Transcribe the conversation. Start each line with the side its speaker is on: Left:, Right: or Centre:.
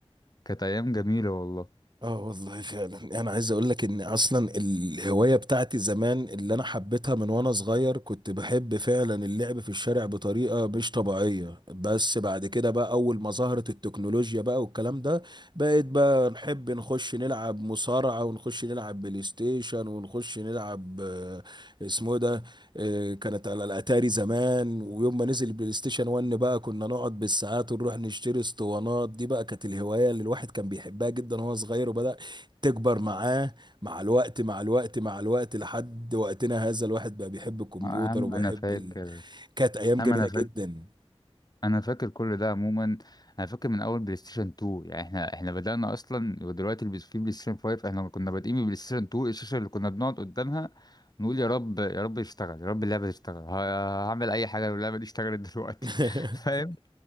Left: كانت أيام جميلة والله
Right: اه والله فعلا انا عايز اقول لك ان اصلا الهوايه بتاعتي زمان اللي انا حبيتها من وانا صغير كنت بحب فعلا اللعب في الشارع بطريقه مش طبيعيه بس بعد كده بقى اول ما ظهرت التكنولوجيا بقى والكلام ده بقيت بقى نحب نخش نلعب مصارعه ونخش نلعب بلاي ستيشن ونخش نلعب آه، اسمه إيه ده آه، كانت على الاتاري زمان ويوم ما نزل البلاي ستيشن 1 بقى كنا نقعد بالساعات ونروح نشتري اسطوانات دي بقى كانت الهوايه اللي الواحد كان بيحبها جدا وهو صغير وبدا تكبر معاه مع الوقت مع الوقت مع الوقت لحد وقتنا هذا الواحد بقى بيحب الكمبيوتر
Left: أهم
Right: وبيحب
Left: أنا فاكر
Right: ال... كانت ايام
Left: أهم
Right: جميله
Left: أنا فاكر
Right: جدا
Left: انا فاكر كل ده عموما انا فاكر من اول بلاي ستيشن 2 يعني احنا احنا بدأنا اصلا ودلوقتي البس- في بلاي ستيشن 5 احنا كنا بادئين ببلاي ستيشن 2 الشاشة اللي كنا بنقعد قدامها نقول يا رب يا رب يشتغل يا رب اللعبة تشتغل ه- هعمل اي حاجة لو اللعبة دي اشتغلت دلوقتي
Right: <laughs>
Left: <laughs> فاهم